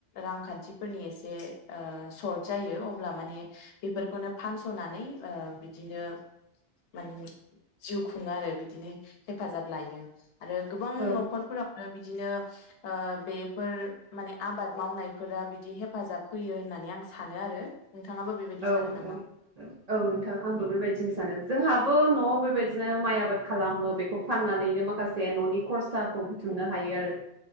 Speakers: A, on the left; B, on the right.
A: रांखान्थिफोरनि एसे ओ सर्ट जायो अब्ला माने बेफोरखौनो फानसनानै ओ बिदिनो माने जिउ खुंङो आरो बिदिनो हेफाजाब लायो आरो गोबां
B: औ
A: नखरफोरावनो बिदिनो ओ बेफोर माने आबाद मावनायफोरा बिदि हेफाजाब होयो होननानै आं सानो आरो नोंथाङाबो बेबायदि
B: औ
A: सानो नामा?
B: औ औ नोंथां आंबो बेबायदिनो सानो जोंहाबो नआव बेबायदिनो माइ आबाद खालामो बेखौ फाननानैनो माखासे न'नि खरसाखौ बुथुमनो हायो आरो।